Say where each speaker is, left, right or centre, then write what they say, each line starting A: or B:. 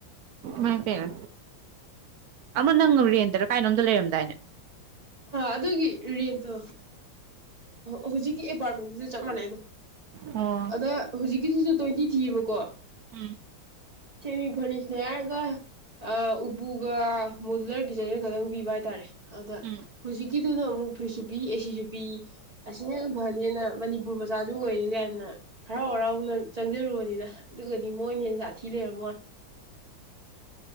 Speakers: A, on the right; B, on the right.
A: ꯃꯥꯏ ꯇꯔ ꯑꯃ ꯅꯪ ꯔꯦꯟꯗꯔꯥ ꯀꯥꯏꯅꯣꯝꯗ ꯂꯩꯔꯝꯗꯣ ꯥꯏꯩꯅ
B: ꯑ ꯑꯗꯨꯒꯤ ꯔꯦꯟꯠꯇꯣ ꯍꯧꯖꯤꯛꯀꯤ ꯑꯦꯄꯥꯔꯠꯃꯦꯟꯗꯨꯁꯨ ꯆꯞ ꯃꯥꯟꯅꯩꯗꯣ
A: ꯑꯣ
B: ꯑꯗ ꯍꯧꯖꯤꯛꯀꯤꯁꯤꯁꯨ ꯇ꯭ꯋꯦꯟꯇꯤ ꯊꯤꯑꯕꯀꯣ
A: ꯎꯝ
B: ꯁꯦꯃꯤ ꯐꯔꯅꯤꯁꯅꯦ ꯍꯥꯏꯔꯒ ꯎꯄꯨꯒ ꯃꯣꯗꯨꯂꯔ ꯀꯆꯟꯒ ꯈꯛꯇꯪ ꯄꯤꯕ ꯍꯥꯏꯇꯥꯔꯦ ꯑꯗ
A: ꯎꯝ
B: ꯍꯧꯖꯤꯛꯀꯤꯗꯨꯅ ꯑꯃꯨꯛ ꯐ꯭ꯔꯤꯁꯨꯕꯤꯤ ꯑꯦꯁꯨꯕꯤ ꯑꯁꯤꯅ ꯍꯦꯟꯅ ꯐꯅꯤ ꯍꯦꯅ ꯃꯅꯤꯄꯨꯔ ꯃꯆꯥꯁꯨ ꯑꯣꯏꯔꯦ ꯀꯥꯏꯅ ꯍꯔꯥꯎ ꯍꯔꯥꯎꯅ ꯆꯪꯖꯔꯨꯕꯅꯤꯅ ꯑꯗꯨꯒꯗꯤ ꯃꯣꯏꯅ ꯍꯦ ꯁꯥꯥꯊꯤ ꯂꯩꯔꯝꯃꯅꯤ